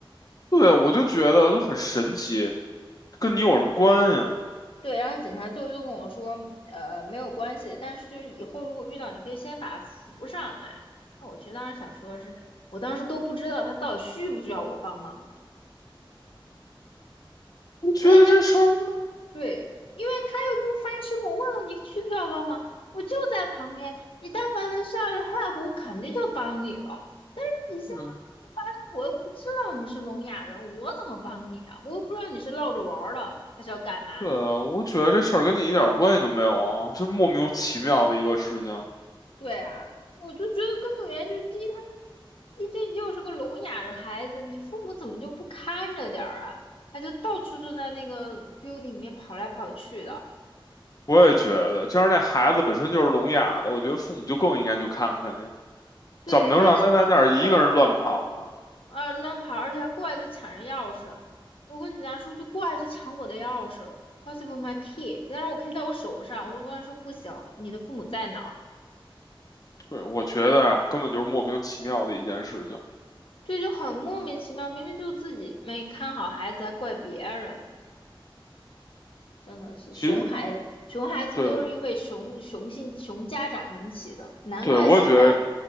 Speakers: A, on the left (about 40°); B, on the left (about 75°).
A: 对啊我就觉得就很神奇，跟你有什么关系啊？
B: 对，然后警察最后就跟我说，呃，没有关系，但是就是以后如果遇到，你可以先把他扶上来。那我其实当时想说的是，我当时都不知道他到底需不需要我帮忙，
A: 我觉得这事儿，
B: 原来他对，因为他又不发声，我问了你需不需要帮忙，我就在旁边，你但凡能上来 help，我肯定就帮你了。你现在又不发声，
A: 嗯，
B: 我又不知道你是聋哑人，我怎么帮你啊？我又不知道你是闹着玩儿的还是要干嘛。
A: 对啊，我觉得这事儿跟你一点关系都没有啊，就是莫名其妙的一个事情。
B: 对啊，我就觉得根本原因就是第一，他第一这又是个聋哑的孩子，你父母怎么就不看着点儿啊？他就到处就在那个 building 里面跑来跑去的，
A: 我也觉得，就是那孩子本身就是聋哑的，我觉得父母就更应该去看看去，
B: 对，
A: 怎么能让他在那儿一个人乱跑呢？
B: 就应该盯着，啊那跑，而且还过来就抢人钥匙。我跟警察说，就过来就抢我的钥匙，What's with my key？但是我 key 在我手上，我跟他说不行，你的父母在哪儿？
A: 对，我觉得啊，根本就是莫名其妙的一件事情。
B: 对，就很莫名其妙，明明就自己没看好孩子，还怪别人。真的是熊孩熊孩子都是因为熊熊性熊家长引起的，
A: 其实，对
B: 难怪现在
A: 对，我也觉得